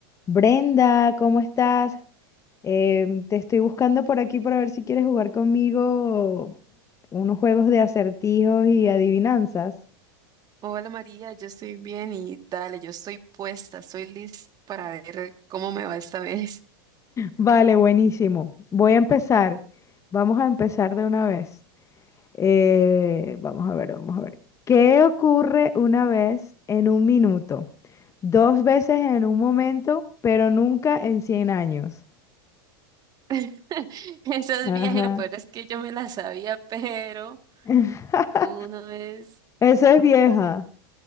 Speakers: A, on the left; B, on the right.
A: Brenda, ¿cómo estás? Em, te estoy buscando por aquí para ver si quieres jugar conmigo unos juegos de acertijos y adivinanzas.
B: Hola María, yo estoy bien y dale, yo estoy puesta, estoy lista para ver cómo me va esta vez.
A: Vale, buenísimo. Voy a empezar. Vamos a empezar de una vez. Eh, vamos a ver, vamos a ver. ¿Qué ocurre una vez en un minuto? Dos veces en un momento, pero nunca en 100 años.
B: <laughs> Esos
A: Ajá.
B: viajes, lo peor es que yo me las sabía, pero
A: <laughs>
B: una vez,
A: Esa es vieja.